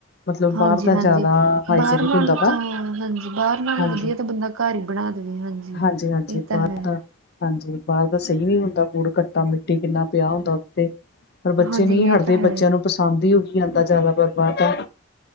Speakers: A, on the left (about 50°); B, on the right (about 65°).
A: ਮਤਲਬ
B: ਹਾਂਜੀ,
A: ਬਾਹਰ ਦਾ
B: ਹਾਂਜੀ
A: ਜ਼ਿਆਦਾ ਹਾਈਜੀਨਿਕ
B: ਬਾਹਰ ਨਾਲੋਂ,
A: ਹੁੰਦਾ ਵਾ
B: ਤਾਂ ਹਾਂਜੀ ਬਾਹਰ ਨਾਲੋਂ
A: ਹਾਂਜੀ।
B: ਵਧੀਆ ਤਾਂ ਬੰਦਾ ਘਰ ਹੀ ਬਣਾ ਦੇਨੀ ਆਂ, ਹਾਂਜੀ
A: ਹਾਂਜੀ-ਹਾਂਜੀ
B: ਇਹ ਤਾਂ
A: ਬਾਹਰ
B: ਹੈ।
A: ਦਾ ਹਾਂਜੀ, ਬਾਹਰ ਤਾਂ ਸਹੀ ਨੀ ਹੁੰਦਾ, ਧੂੜ ਘੱਟਾ ਮਿੱਟੀ ਕਿੰਨਾ ਪਿਆ ਹੁੰਦਾ। ਉਤੇ ਪਰ ਬੱਚੇ
B: ਹਾਂਜੀ
A: ਨਹੀਂ ਹਟਦੇ
B: ਇਹ ਤਾਂ ਹੈ
A: ਬੱਚਿਆਂ ਨੂੰ ਪਸੰਦ ਈ ਉਈ ਆਂਦਾ, ਜਾਦਾਤੱਰ ਬਾਹਰ ਦਾ।